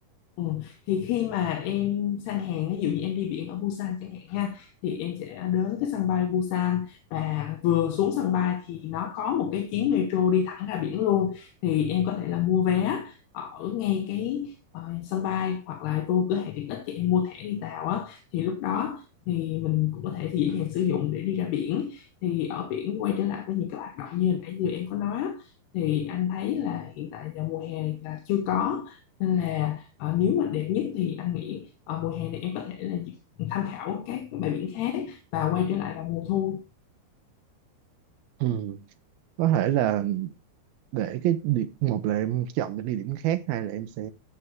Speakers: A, on the left (about 80°); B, on the right (about 75°).
A: Ừ. Thì khi mà em sang hàng ví dụ như em đi biển ở Busan chẳng hạn ha, thì em sẽ đến cái sân bay Busan và vừa xuống sân bay thì nó có một cái chuyến metro đi thẳng ra biển luôn. Thì em có thể là mua vé ở ngay cái ờ, sân bay hoặc là vô cửa hàng tiện ích thì em mua thẻ đi tàu á, thì lúc đó thì mình cũng có thể thì dễ dàng sử dụng để đi ra biển. Thì ở biển quay trở lại với những cái hoạt động như hồi nãy giờ em có nói á, thì anh thấy là hiện tại giờ mùa hè này là chưa có nên là Ờ, nếu mà đẹp nhất thì anh nghĩ ờ, mùa hè này em có thể là tham khảo các bãi biển khác và quay trở lại vào mùa thu.
B: Ừ. Có thể là để cái điểm, một là em chọn cái địa điểm khác, hai là em sẽ